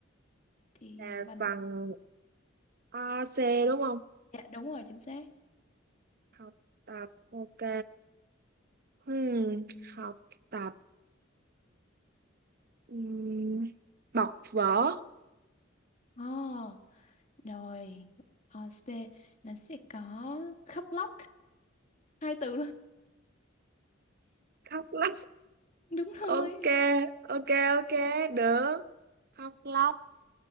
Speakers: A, on the left; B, on the right.
A: Thì
B: Là
A: vần
B: bằng AC đúng không?
A: dạ đúng rồi, chính xác.
B: Học tập, ok. Hmm,
A: Ừm.
B: học tập. Ừm, bọc vở.
A: Ờ, rồi. Ờ, C nó sẽ có khóc lóc hai từ luôn. <laughs>
B: Khóc lóc.
A: Đúng rồi.
B: Ok, ok, ok, được. Khóc lóc.